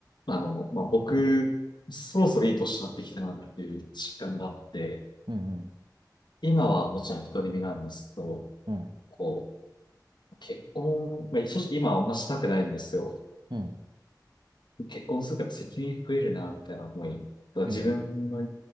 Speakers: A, on the left; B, on the right.
A: あの、まあ、僕、
B: うん、
A: そろそろいい年になってきたなっていう実感があって、
B: うん、
A: 今はもちろん独り身なんですけど、
B: うん、うん、
A: こう、結婚、まあ、正直今はあんましたくないんですよ。
B: うん、
A: 結婚するから責任増えるな、みたいな思い。自分の
B: うん、